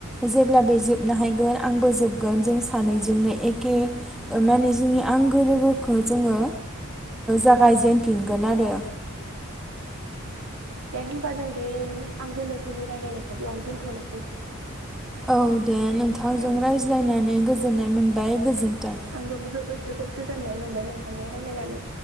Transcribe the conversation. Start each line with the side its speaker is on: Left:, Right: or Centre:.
Centre: जेब्ला बे जोबनो हायगोन आंबो जोबगोन जों सानैजोंनो एखे ओ माने जोंनि आंगो लोगोखौ जोङो जागायजेनफिनगोन आरो।
Right: दे होनबा जों दे नों आंगो लोगोनि रायलायनायखौ बेयावनो दोनथ'नोसै।
Centre: औ दे नोंथांजों
Right: दे औ दे
Centre: रायज्लायनानै गोजोननाय मोनबाय गोजोन्थों।
Right: आंबो जोबोद गोजोननाय मोनबाय नोंथांजों रायलायनानै।